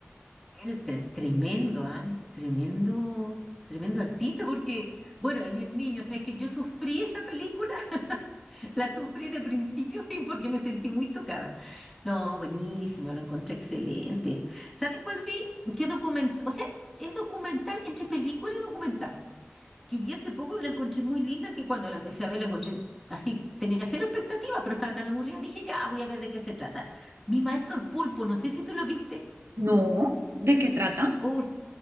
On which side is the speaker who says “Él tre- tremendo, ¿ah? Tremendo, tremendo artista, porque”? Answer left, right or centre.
Centre